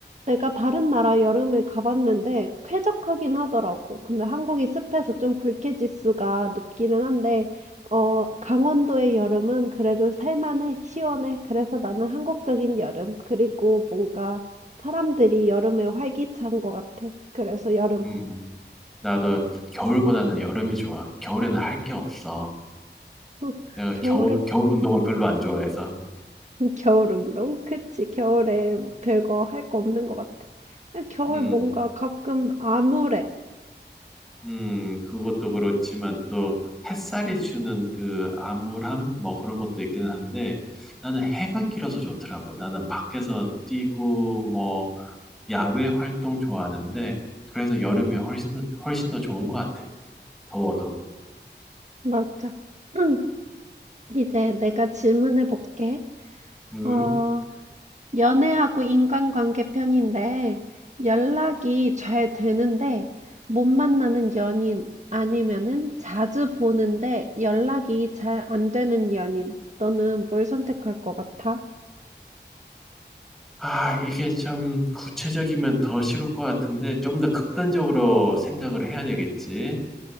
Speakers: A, on the right (about 40°); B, in the centre.
A: 내가 다른 나라 여름을 가봤는데 쾌적하긴 하더라고. 근데 한국이 습해서 좀 불쾌지수가 높기는 한데, 어, 강원도의 여름은 그래도 살만해, 시원해. 그래서 나는 한국적인 여름. 그리고 뭔가 사람들이 여름에 활기찬 것 같아. 그래서 여름.
B: 음, 나도 겨울보다는 여름이 좋아. 겨울에는 할 게 없어.
A: <laughs>
B: 내가
A: 겨울에
B: 겨울, 겨울 운동을 별로 안 좋아해서.
A: <laughs> 겨울 운동? 그치, 겨울에 뭐 별거 할거 없는 것 같아. 근데 겨울
B: 음,
A: 뭔가 가끔 암울해.
B: 음, 그것도 그렇지만 또 햇살이 주는 그 암울함 뭐 그런 것도 있기는 한데 나는 해가 길어서 좋더라고. 나는 밖에서 뛰고 뭐 야외 활동 좋아하는데 그래서 여름이 훨씬 더- 훨씬 더 좋은 것 같아. 더워도.
A: 맞아. <clears throat> 응. 이제 내가 질문해 볼게.
B: 음.
A: 어, 연애하고 인간관계 편인데 연락이 잘 되는데 못 만나는 연인 아니면은 자주 보는데 연락이 잘 안 되는 연인. 너는 뭘 선택할 것 같아?
B: 아, 이게 참 구체적이면 더 싫을 것 같은데 좀 더 극단적으로 생각을 해야 되겠지.